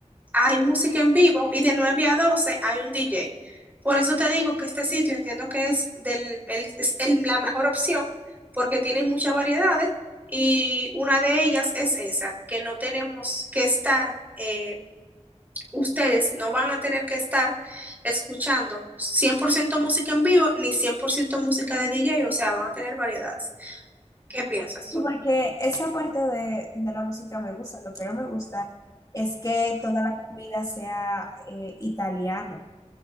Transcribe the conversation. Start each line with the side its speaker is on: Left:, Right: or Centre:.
Right: hay música en vivo y de 9 a 12 hay un DJ. Por eso te digo que este sitio entiendo que es, del, el- es el- la mejor opción porque tiene muchas variedades y una de ellas es esa, que no tenemos que estar, eh, ustedes no van a tener que estar escuchando 100% música en vivo ni 100% música de DJ, o sea, van a tener variedades. ¿Qué piensas?
Left: Sí, porque esa parte de, de la música me gusta. Lo que no me gusta es que toda la comida sea eh, italiana.